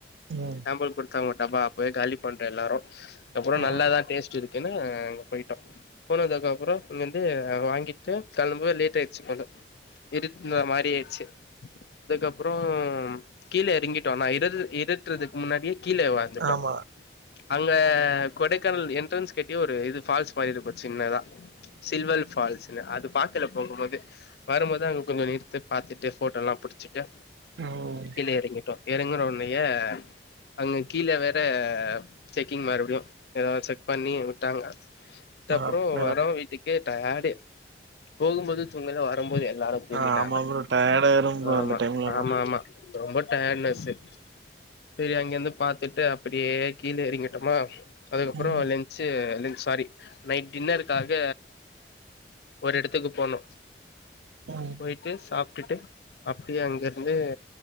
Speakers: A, on the right; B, on the left.
A: ம்.
B: சாம்பல் குடுத் தாங்க ஒரு டப்பா அப்பயே காலி பண்டோ எல்லாரு அப்பறம்
A: ஆ.
B: நல்லாதா டேஸ்ட் இருக்கு னு அங்க போயிட்டோ போனதுக்க அப்றம் இங்கந்து வாங்கி ட்டு கெளம்ப லேட் ஆயிடுச்சு கொஞ்ச இருட்டுன மாரி ஆயிடுச்சு அதுக்கப்பறம் கீழே இறங்கிட்டோம் நா இற இறட்றதுக்கு முன்னாடியே கீழவந்துட்டோ
A: ஆமா.
B: அங்க கொடைக்கானல் என்ட்ரன்ஸ் கிட்டயே ஒரு இது ஃபால்ஸ் மாதிரி இருக்கும் சின்னதா சில்வர் ஃபால்ஸ் அது பாக்கல போகும்போது வரும்போது அங்க கொஞ்ச நிறுத்து பாத்துட்டு ஃபோட்டோ எல்லாம் புடிச்சுட்டு
A: ம்.
B: கீழ எறிங்கிட்டோ ஏறங்கற உன்னய அங்கு கீழ வேற செக்கிங் மறுபடியு ஏதோ செக் பண்ணி விட்டாங்க அத்தப்பறம்
A: அப்ப
B: வரம் வீட்டுக்கு டயர்ட்டு போகும்போது துங்கல வரும்போது எல்லாரு தூங்கிட்டாங்க
A: ஆ ஆமா ப்ரோ டயர்ட் ஆயிரும் ப்ரோ
B: ஆமா
A: அந்த டைம்லலாம்.
B: ஆமா ஆமா ரொம்ப டயர்ட்னஸ் சரி அங்கிருந்து பாத்துட்டு அப்படியே கீழே எறிங்கிட்டோமா அதுக்கப்பறம்
A: ம்.
B: லென்சு லெ சாரி நைட் டின்னருக்காக ஒரு இடத்துக்கு போனு
A: ம்.
B: போயிட்டு சாப் டுட்டு அப்படியே அங்க இருந்து